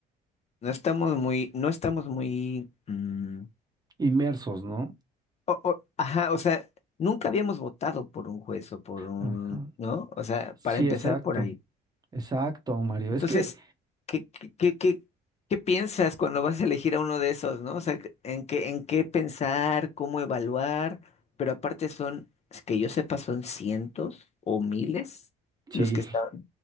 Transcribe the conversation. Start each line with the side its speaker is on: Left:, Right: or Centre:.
Left: no estamos muy, no estamos muy, mm,
Right: <laughs> inmersos, ¿no?
Left: o- o- ajá, o sea, nunca habíamos votado por un juez o por un,
Right: Ajá.
Left: ¿no? O sea,
Right: Sí,
Left: para empezar
Right: exacto,
Left: por ahí.
Right: exacto, Mario.
Left: Entonces,
Right: Es que
Left: ¿qué, qué, qué, qué, qué piensas cuando vas a elegir a uno de esos, ¿no? O sea, ¿en qué, en qué pensar, cómo evaluar? Pero aparte son, es que yo sepa, son cientos o miles
Right: Sí,
Left: los que están.